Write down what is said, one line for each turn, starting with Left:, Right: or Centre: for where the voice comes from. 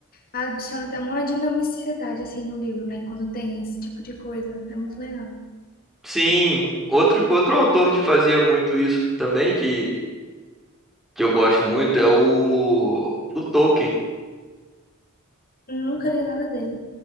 Left: Adiciona até uma dinamicidade, assim, no livro, né? Quando tem esse tipo de coisa. É muito legal.
Centre: Sim, outro outro autor que fazia muito isso também que que eu gosto muito é o o Tolkien.
Left: Nunca li nada dele,